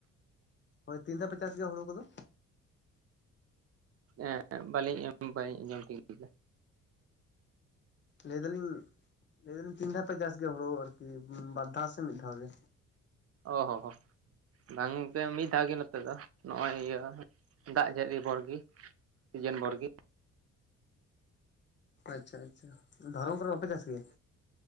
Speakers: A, on the left; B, on the right.
A: ᱦᱳᱭ ᱛᱤᱱ ᱫᱷᱟᱣ ᱯᱮ ᱪᱟᱥ ᱜᱮᱭᱟ ᱦᱩᱲᱩ ᱠᱚᱫᱚ
B: ᱮᱜ ᱵᱟᱹᱞᱤᱧ ᱵᱟᱹᱧ ᱟᱸᱡᱚᱢ ᱛᱤᱭᱳᱜ ᱞᱮᱫᱟ
A: ᱞᱟᱹᱭ ᱫᱟᱞᱤᱧ ᱞᱟᱹᱭ ᱫᱟᱞᱤᱧ ᱛᱤᱱ ᱫᱷᱟᱣ ᱯᱮ ᱪᱟᱥ ᱜᱮᱭᱟ ᱦᱩᱲᱩ ᱟᱨᱠᱤ ᱵᱟᱨ ᱫᱷᱟᱣ ᱥᱮ ᱢᱤᱫ ᱫᱷᱟᱣ ᱜᱮ
B: ᱚ ᱦᱚᱸ ᱦᱚᱸ ᱵᱟᱝ ᱜᱚᱝᱠᱮ ᱢᱤᱫ ᱫᱷᱟᱣ ᱜᱮ ᱱᱚᱛᱮ ᱫᱚ ᱱᱚᱜᱚᱭ ᱤᱭᱟᱹ ᱫᱟᱜ ᱡᱟᱹᱲᱤ ᱵᱚᱨ ᱜᱤ ᱥᱤᱡᱮᱱ ᱵᱚᱨᱜᱤ
A: ᱟᱪᱪᱷᱟ ᱟᱪᱪᱷᱟ ᱫᱷᱚᱨᱚᱱ ᱠᱚᱨᱮ ᱵᱟᱯᱮ ᱪᱟᱥ ᱜᱮᱭᱟ